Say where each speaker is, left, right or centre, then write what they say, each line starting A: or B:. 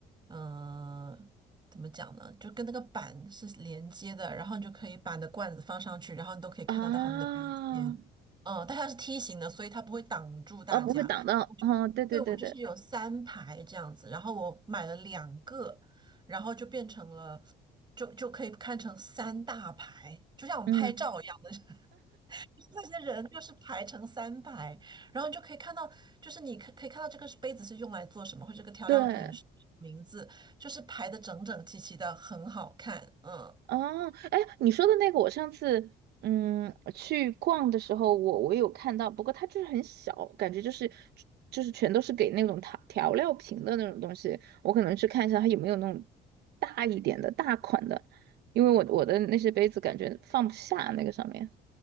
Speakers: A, on the right; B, on the right.
A: 嗯、怎么讲呢，就跟那个板是连接的，然后你就可以把你的罐子放上去，然后你都可以看得到它们的标签，
B: 啊，
A: 嗯，但它是梯形的，所以它不会挡住大家，
B: 而不会挡到。哦，对对对对，
A: 对，我就是有三排这样子，然后我买了两个，然后就变成了，就就可以看成三大排，就像我们拍照一样的，
B: 嗯，
A: <laughs> 就是那些人就是排成三排，然后你就可以看到，就是你可可以看到这个杯子是用来做什么，或者这个调料瓶是什么名字，
B: 对，
A: 就是排的整整齐齐的，很好看，嗯。
B: 哦，哎，你说的那个，我上次嗯去逛的时候，我我有看到，不过它就是很小，感觉就是就是全都是给那种调调料瓶的那种东西。我可能去看一下它有没有那种大一点的大款的，因为我我的那些杯子感觉放不下那个上面。